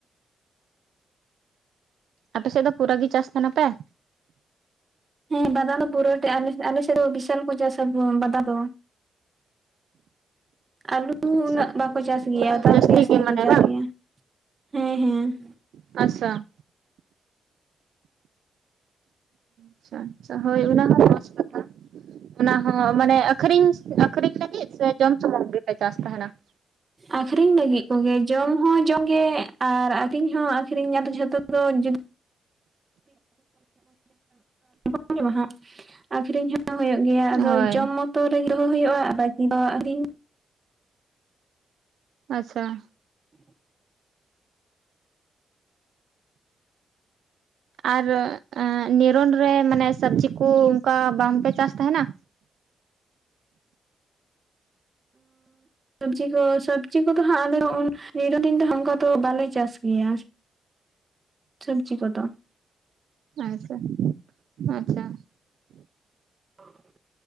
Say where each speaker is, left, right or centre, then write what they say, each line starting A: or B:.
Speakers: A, on the right; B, on the right.
A: ᱟᱯᱮᱥᱮᱫ ᱫᱚ ᱯᱩᱨᱟᱹ ᱜᱮ ᱪᱟᱥ ᱛᱟᱦᱮᱱᱟ ᱯᱮ ᱾
B: ᱦᱮᱸ ᱵᱟᱫᱟ ᱫᱚ ᱯᱩᱨᱟᱹ ᱴᱟ ᱟᱞᱮᱥᱮᱫ ᱟᱠᱮᱥᱮᱫ ᱫᱚ ᱵᱤᱥᱟᱞ ᱠᱚ ᱪᱟᱥᱟ ᱵᱟᱫᱟ ᱫᱚ ᱾ ᱟᱞᱩ ᱞᱩ
A: ᱟᱪᱪᱷᱟ
B: ᱩᱱᱟᱹᱜ ᱵᱟᱠᱚ ᱪᱟᱥ
A: ᱯᱩᱨᱟᱹ
B: ᱜᱮᱭᱟ ᱵᱟᱫᱟᱢ ᱜᱮ ᱡᱟᱹᱥᱛᱤ
A: ᱢᱟᱱᱮ
B: ᱠᱚ ᱪᱟᱥ
A: ᱵᱟᱝ
B: ᱜᱮᱭᱟ ᱦᱮᱸ ᱦᱮᱸ ᱾
A: ᱟᱥᱟ ᱟᱪᱪᱷᱟ ᱟᱪᱪᱷᱟ ᱦᱳᱭ ᱚᱱᱟ ᱦᱚᱸ ᱢᱚᱡᱽ ᱠᱟᱛᱷᱟ ᱾ ᱚᱱᱟ ᱦᱚᱸ ᱢᱟᱱᱮ ᱟᱠᱷᱨᱤᱧ ᱟᱠᱷᱨᱤᱧ ᱞᱟᱹᱜᱤᱫ ᱥᱮ ᱡᱚᱢ ᱥᱩᱢᱩᱝ ᱜᱮᱯᱮ ᱪᱟᱥ ᱛᱟᱦᱮᱱᱟ ᱾
B: ᱟᱠᱷᱨᱤᱧ ᱞᱟᱹᱜᱤᱫ ᱠᱚᱜᱮ ᱡᱚᱢ ᱦᱚᱸ ᱡᱚᱢ ᱜᱮ ᱟᱨ ᱟᱠᱷᱨᱤᱧ ᱦᱚᱸ ᱟᱠᱷᱨᱤᱧ ᱟᱫᱚ ᱡᱚ ᱡᱚᱛᱚ ᱫᱚ <unintelligible> <unintelligible> ᱟᱹᱠᱷᱨᱤᱧ ᱦᱚᱸ ᱦᱩᱭᱩᱜ ᱜᱮᱭᱟ ᱟᱫᱚ
A: ᱦᱳᱭ
B: ᱡᱚᱢ ᱢᱚᱛᱚ ᱨᱤᱜᱤ ᱦᱚᱸ ᱦᱩᱭᱩᱜ-ᱟ ᱟᱨ ᱵᱟᱠᱤ ᱫᱚ ᱟᱹᱠᱷᱨᱤᱧ ᱾
A: ᱟᱪᱪᱷᱟ ᱾
B: <inaudible>
A: ᱟᱨ ᱮᱸ ᱱᱤᱨᱚᱱ ᱨᱮ ᱢᱟᱱᱮ ᱥᱟᱵᱽᱡᱤ ᱠᱚ ᱚᱱᱠᱟ ᱵᱟᱝᱯᱮ ᱪᱟᱥ ᱛᱟᱦᱮᱱᱟ ᱾
B: ᱥᱚᱵᱽᱡᱤ ᱠᱚ ᱥᱚᱵᱽᱡᱤ ᱠᱚᱫᱚ ᱦᱟᱸᱜ ᱟᱞᱮ ᱦᱚᱸ-ᱚᱱ ᱱᱤᱨᱚᱫᱤᱱ ᱫᱚ ᱦᱚᱝᱠᱟ ᱫᱚ ᱵᱟᱞᱮ ᱪᱟᱥ ᱜᱮᱭᱟ ᱾ ᱥᱚᱵᱽᱡᱤ ᱠᱚᱫᱚ ᱾
A: ᱟᱪᱪᱷᱟ ᱟᱪᱪᱷᱟ ᱾
B: <inaudible>